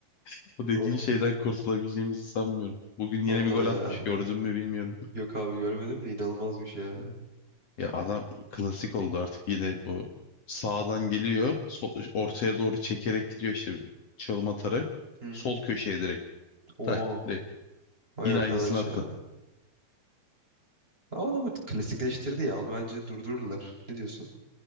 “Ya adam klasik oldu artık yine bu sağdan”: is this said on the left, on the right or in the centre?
Left